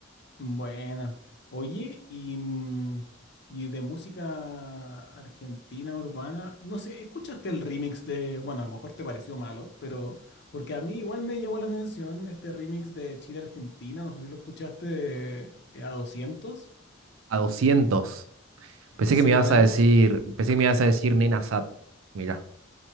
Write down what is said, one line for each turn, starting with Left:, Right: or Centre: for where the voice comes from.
Left: Buena. Oye, y, mm, y de música argentina urbana, no sé, ¿escuchaste el remix de, bueno, a lo mejor te pareció malo, pero porque a mí igual me llamó la atención este remix de Chile Argentina, no sé si lo escuchaste de, eh, a 200
Right: A doscientos Pensé
Left: sí,
Right: que me ibas
Left: remix.
Right: a decir, pensé que me ibas a decir Nena Sat. Mirá.